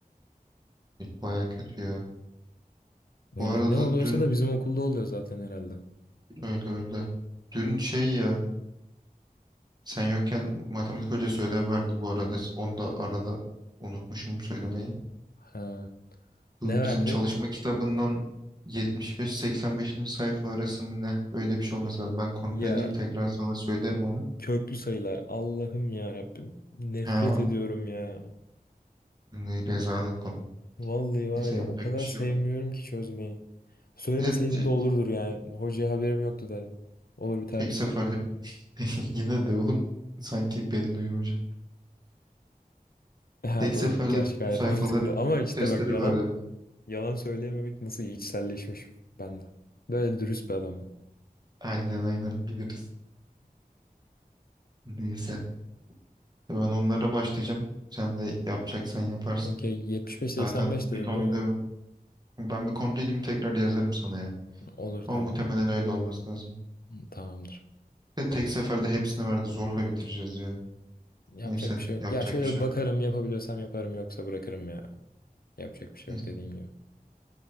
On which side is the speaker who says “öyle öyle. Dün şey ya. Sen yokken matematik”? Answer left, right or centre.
Right